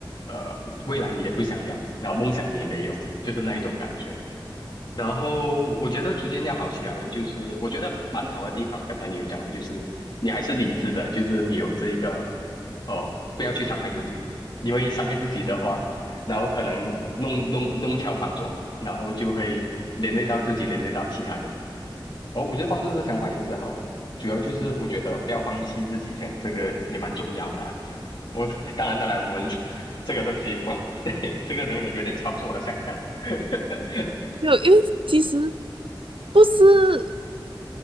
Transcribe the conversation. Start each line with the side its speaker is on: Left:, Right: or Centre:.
Left: 呃，未来你也不想要，然后梦想也没有，就是那一种感觉。然后我觉得逐渐要好起来的，就是我觉得蛮好的地方，刚才你有讲到，就是你还是理智的，就是你有这一个哦，不要去伤害自己，因为伤害自己的话，然后可能弄弄弄巧反拙，然后就会连累到自己，连累到其他人。哦，我觉得抱着这想法也是好的，主要就是我觉得不要放弃自己先，这个也蛮重要啦。我当然当然，我们这个东西哇，<laughs> 对，这个东西有点超出我的想象了。<laughs>
Right: 没有，因为其实不是，